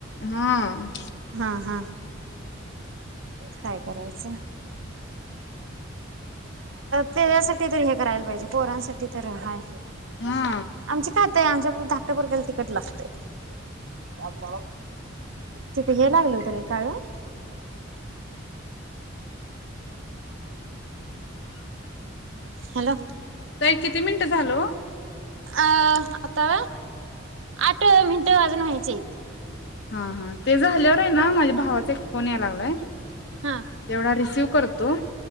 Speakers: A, on the left; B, on the right.
A: हा.
B: हा हा काय? करायच त्याच्यासाठी तर हे करायला पाहिजे पोरांसाठी तर हाय
A: हा
B: आमच्या का ते आमच्या धाकट्या पोरग्याला तिकट लागतय. म तिथे हे लागले होते का काळ हॅलो
A: ताई एक किती मिनिट झाल ओ
B: अ आता आठ मिनटं वाजून व्हायचेत
A: हां हां ते झाल्यावर आहे ना माझ्या भावाचा एक फोन यायला लागलाय
B: हा
A: तेवढा रिसिव करतो